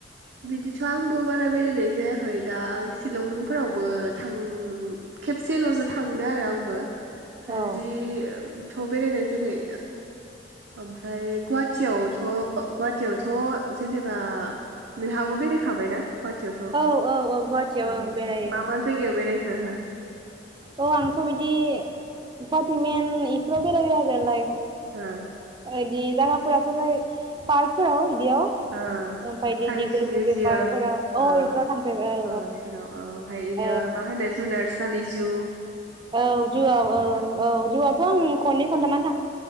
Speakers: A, on the right; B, on the right.
A: बिदिथ आंबो बारा बेरायनाय जायाखै दा आं शिलंफोरावबो थां खेबसेलसो थांदों आरो आंबो। फ्राय
B: औ
A: बिदि ओम थ' बेरायनाय जागाय ओमफ्राय गुवाहाटियावथ' गुवाहाटियावथ' जेनेबा नोंहाबो बेरायखाबाय ना? कुवाहाटियावथ' ओ
B: औ औ औ गुवाहाटियाव आं बेरायो
A: मा मा जायगायाव बेरायखो हो।
B: औ आंथ' बिदि गवाटिमेन इफोराव बेरायबाय आरो लाइक
A: हो।
B: दि जागाफोराथ' लाय पार्कफोराव बिदियाव
A: ओ
B: ओमफ्राय बिदि
A: साइन्स
B: दिगुलि
A: मिउजियाम
B: फुख्रि पार्कफोराव
A: ओ
B: औ
A: ओ
B: इफोराव थांफेरबाय औ
A: बेफोराव ओ ओमफ्राय इनो
B: औ
A: मा होनो जुनार्स फालिजु
B: औ जुवा औ औ जुवाथ' आं खनै खन्थामानो